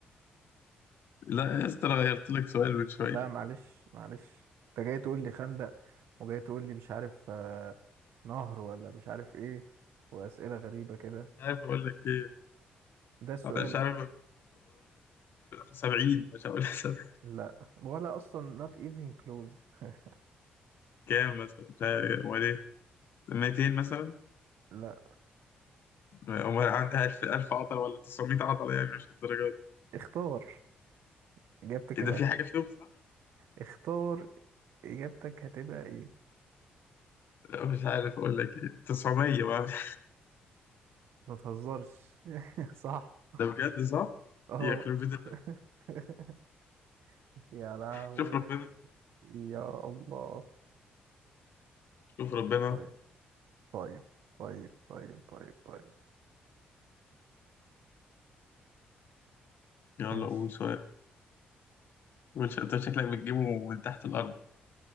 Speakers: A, on the left (about 65°); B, on the right (about 80°).
A: لا يا اسطى انا غيرت لك سؤال من شوية
B: لا معلش معلش انت جاي تقول لي خندق وجاي تقول لي مش عارف آه، نهر ولا مش عارف ايه واسئلة غريبة كده
A: مش عارف اقول لك ايه
B: ده السؤال
A: مش عارف سبعين مش هقول سبعين
B: لا ولا اصلا not even close <laughs>
A: كام مثلا مش عارف وبعدين 200 مثلا
B: لا
A: وما عندها ألف ألف عضلة ولا 900 عضلة يعني مش للدرجة دي
B: اختار اجابتك
A: إيه
B: الاخيره
A: ده في حاجة فيهم صح؟
B: اختار اجابتك هتبقى ايه
A: لا، مش عارف أقول لك إيه 900 بقى <laughs>
B: ما تهزرش <laughs> صح
A: ده بجد صح؟
B: اه
A: يخرب بيت الأب.
B: <laughs> يا لهوي
A: شوف ربنا
B: يا الله
A: شوف ربنا
B: طيب طيب طيب طيب طيب طيب
A: يلا
B: ماشي
A: قول سؤال قول ش- أنت شكلك بتجيبه من تحت الأرض